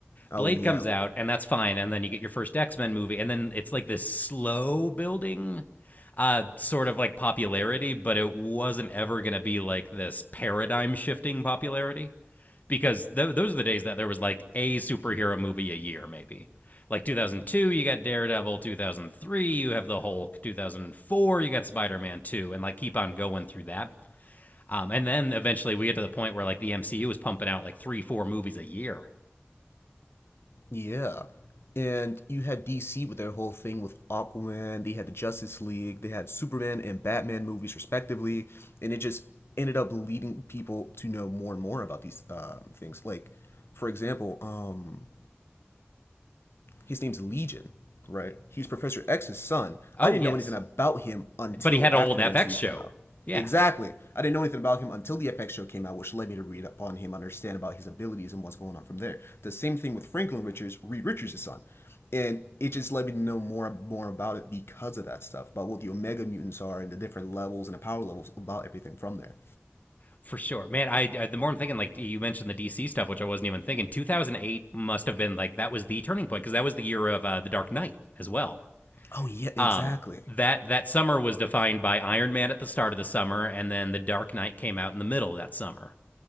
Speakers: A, on the left; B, on the left.
A: Oh
B: Blade
A: yeah,
B: comes out and that's fine and then you get your first X-Men movie and then it's like this slow building uh sort of like popularity, but it wasn't ever going to be like this paradigm shifting popularity because th- those are the days that there was like a superhero movie a year, maybe. Like 2002, you got Daredevil. 2003, you have the Hulk. 2004, you got Spider Man 2, and like keep on going through that. Um, and then eventually we get to the point where like the MCU was pumping out like three, four movies a year.
A: Yeah. And you had DC with their whole thing with Aquaman, they had the Justice League, they had Superman and Batman movies respectively, and it just ended up leading people to know more and more about these um, things. Like, for example, um, his name's Legion, right? He's Professor X's son.
B: Oh,
A: I didn't
B: yes.
A: know anything about him until
B: But he had a
A: after
B: whole FX
A: the MCU
B: show.
A: came out.
B: Yeah,
A: Exactly. I didn't know anything about him until the FX show came out, which led me to read up on him, understand about his abilities and what's going on from there. The same thing with Franklin Richards, Reed Richards' son. And it just led me to know more more about it because of that stuff, about what the Omega mutants are and the different levels and the power levels about everything from there.
B: for sure. Man, I, I the more I'm thinking, like you mentioned the DC stuff, which I wasn't even thinking. 2008 must have been like that was the turning point because that was the year of uh, The Dark Knight as well.
A: Oh yeah, exactly.
B: Um, that that summer was defined by Iron Man at the start of the summer, and then The Dark Knight came out in the middle of that summer.